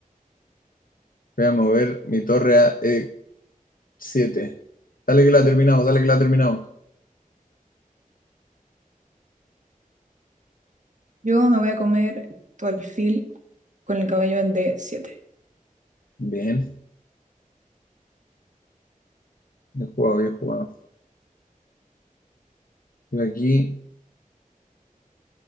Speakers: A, on the left; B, on the right.
A: Voy a mover mi torre a e siete Dale que la terminamos, dale que la terminamos.
B: Yo me voy a comer tu alfil con el cabello en d siete.
A: Bien, bien jugado, bien jugado. Yo aquí